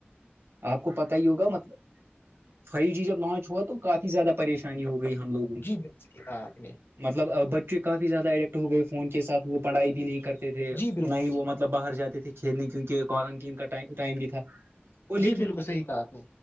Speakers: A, on the right; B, on the left.
A: آپ کو پتا ہی ہوگا مطلب فائیو جی جب لانچ ہوا تو کافی زیادہ پریشانی ہو گئی ہم لوگ
B: جی بی تھا آپ نے
A: مطلب بچے کافی زیادہ اڈکٹ ہو گئے فون کے ساتھ وہ پڑھائی بھی نہیں کرتے تھے
B: جی بالکل
A: نہ ہی وہ مل باہر جاتے تھے کھیلنے کیونکہ کوارنٹین کا ٹائم بھی تھا وہ لیکن
B: جی بالکل صحیح کہا آپ نے